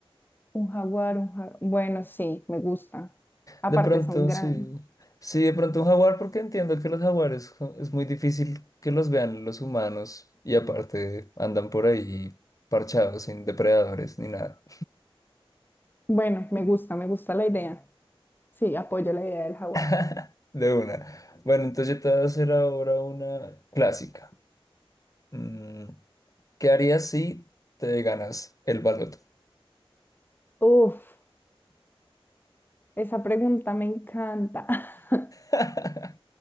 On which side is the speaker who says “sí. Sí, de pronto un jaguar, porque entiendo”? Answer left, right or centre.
Left